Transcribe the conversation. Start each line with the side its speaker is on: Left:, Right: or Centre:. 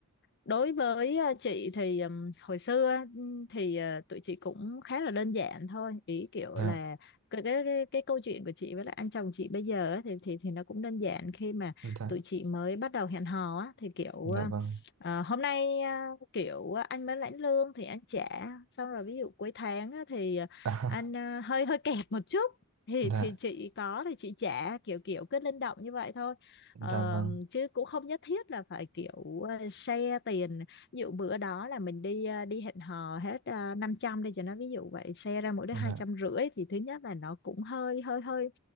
Left: đối với ờ, chị thì ừm, hồi xưa á, ừm, thì ờ, tụi chị cũng khá là đơn giản thôi ý kiểu
Right: dạ
Left: là cái cái cái, cái câu chuyện của chị với lại anh chồng chị bây giờ á, thì thì thì nó cũng đơn giản khi mà
Right: dạ
Left: tụi chị mới bắt đầu hẹn hò á thì kiểu
Right: dạ
Left: ờ,
Right: vâng
Left: ờ, hôm nay ờ, kiểu ờ, anh mới lãnh lương thì anh trả xong rồi ví dụ cuối tháng á, thì ờ,
Right: à,
Left: anh ờ,
Right: <laughs>
Left: hơi hơi kẹt một chút thì
Right: dạ
Left: thì chị có thì chị trả kiểu kiểu cứ linh động như vậy thôi
Right: dạ
Left: Ờ,
Right: vâng
Left: chứ cũng không nhất thiết là phải kiểu ờ, share tiền ví dụ bữa đó là mình đi ờ, đi hẹn hò hết uh, 500 đi cho nó ví dụ vậy share ra mỗi đứa hai
Right: dạ
Left: trăm rưỡi thì thứ nhất là nó cũng hơi hơi hơi